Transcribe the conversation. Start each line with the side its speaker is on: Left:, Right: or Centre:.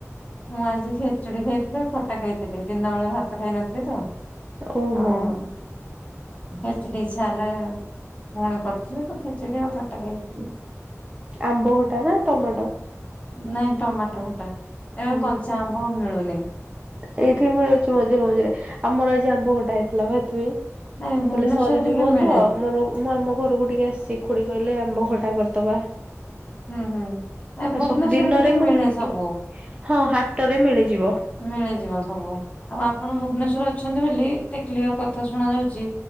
Left: ମୁଁ ଆଜି ଖେଚୁଡି ଖାଇଥିଲି ଆଉ ଖଟା ଖାଇଥିଲି। ଦିନ ବେଳେ ଭାତ ଖାଇନଥିଲି ତ।
Right: ଓହୋ
Left: ହଁ। <unintelligible> <unintelligible> ଇଚ୍ଛା ହେଲା ପୁଣି କରିଥିଲେ ତ ଖେଚେଡି ଆଉ ଖଟା ଖାଇ ଦେଇଥିଲି।
Right: ଆମ୍ବ ଖଟା ନା ଟମାଟୋ?
Left: ନାଇଁ ଟମାଟୋ ଖଟା। ଏବେ
Right: ହୁଁ।
Left: କଞ୍ଚା ଆମ୍ବ ମିଳୁନି
Right: ଏଇଠି ମିଳୁଛି ମଝିରେ ମଝିରେ। ଆମର ଆଜି ଆମ୍ବ ଖଟା ହେଇଥିଲା ବା ସେଥିପାଇଁ।
Left: ନାଇଁ ଭୁବନେଶ୍ଵରରେ
Right: କଲେ ସରିଯିବ
Left: ଟିକେ ମିଳେ
Right: ତ ମୋର ମୁଁ ଆମ ଘରୁକୁ ଟିକେ ଆସିଛି। ଖୁଡି କହିଲେ ଆମ୍ବ ଖଟା କରିଦବା।
Left: ହୁଁ ହୁଁ ଏ ଭୁବନେଶ୍ଵରରେ
Right: ଆସ ଦିନରେ
Left: ଟିକେ
Right: କଣ
Left: ମିଳେ
Right: ଖାଇଥିଲେ?
Left: ସବୁ
Right: ହଁ ହାଟରେ ମିଳିଯିବ।
Left: ମିଳିଯିବ ସବୁ। ଆଉ ଆପଣ ଭୁବନେଶ୍ୱର ଅଛନ୍ତି ବୋଲି ଏତେ କ୍ଲିଅର କଥା ଶୁଣା ଯାଉଛି।